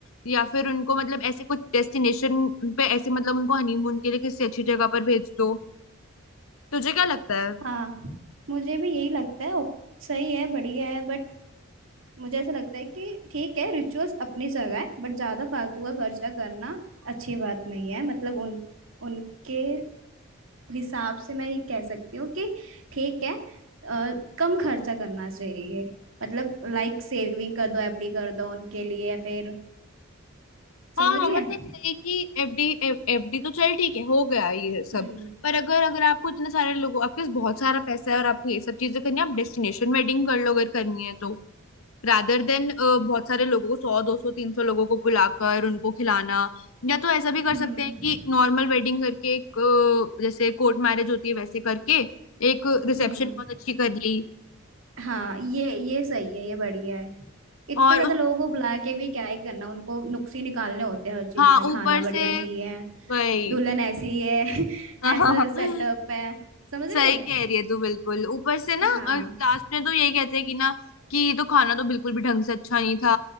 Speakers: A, on the left; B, on the right.
A: या फिर उनको मतलब ऐसे कुछ डेस्टिनेशन पे ऐसे मतलब उनको हनीमून के लिए किसी अच्छी जगह पर भेज दो तुझे क्या लगता है
B: हाँ मुझे भी यही लगता है ओप- सही है बढ़िया है बट मुझे ऐसा लगता है कि ठीक है रिचुअल्स अपनी जगह है बट ज्यादा फालतू का खर्चा करना अच्छी बात नहीं है मतलब उन उनके हिसाब से मैं ये कह सकती हूँ कि ठीक है अ, कम खर्चा करना चाहिए मतलब लाइक सेविंग कर दो एफडी कर दो उनके लिए या फिर समझ
A: हाँ
B: रही
A: मतलब
B: है
A: नहीं कि एफडी एफडी तो चल ठीक है हो गया ये सब
B: हम्म
A: पर अगर अगर आपको इतने सारे लोगों आपके पास बहुत सारा पैसा है और आपको ये सब चीजें करनी है आप डेस्टिनेशन वेडिंग कर लो अगर करनी है तो रादर देन बहुत सारे लोगों को सौ दो सौ तीन सौ लोगों को बुलाकर उनको खिलाना या तो ऐसा भी कर
B: हम्म
A: सकते हैं कि नॉर्मल वेडिंग करके एक अ, जैसे कोर्ट मैरिज होती है वैसे करके एक रिसेप्शन
B: हम्म
A: बहुत अच्छी कर ली
B: हाँ ये ये सही है ये बढ़िया है इतने
A: और
B: ज्यादा
A: उस
B: लोगों को बुला के भी क्या ही करना उनको नुक्स ही निकालने होते हैं हर चीज
A: हाँ
B: में
A: ऊपर
B: खाना बढ़िया
A: से
B: नहीं है
A: वही
B: दुल्हन ऐसी है <laughs>
A: <laughs>
B: ऐसा सेटअप है समझ रही
A: सही
B: है
A: कह रही है तू बिल्कुल ऊपर से ना
B: हाँ
A: लास्ट में तो ये कहते हैं कि ना कि ये तो खाना तो बिल्कुल भी ढंग से अच्छा नहीं था